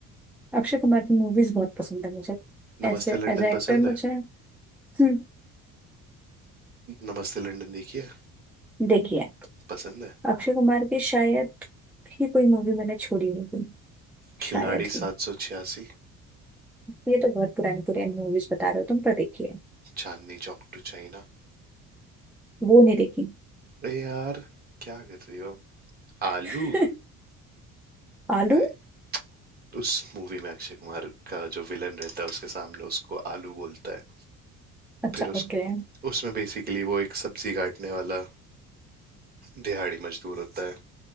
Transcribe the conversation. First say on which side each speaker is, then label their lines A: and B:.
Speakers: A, in the centre; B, on the right.
A: अक्षय कुमार की मूवीज बहुत पसंद है मुझे
B: नमस्ते
A: ऐसे
B: लंदन
A: एज ए एक्टर
B: पसंद
A: मुझे
B: है
A: हम्म
B: नमस्ते लंदन देखिए
A: देखिए
B: पसंद है
A: अक्षय कुमार की शायद ही कोई मूवी मैंने छोड़ी होगी
B: खिलाड़ी
A: शायद ही
B: सात सौ छियासी
A: ये तो बहुत पुरानी पुरानी मूवीज बता रहे हो तुम पर देखिए
B: चांदनी चौक टू चाइना
A: वो नहीं देखी
B: अरे यार क्या कर रही हो आलू
A: <laughs> आलू
B: नहीं उस मूवी में अक्षय कुमार का जो विलन रहता है उसके सामने उसको आलू बोलता है
A: अच्छा
B: फिर उस
A: ओके
B: उसमें बेसिकली वो एक सब्जी काटने वाला दिहाड़ी मजदूर होता है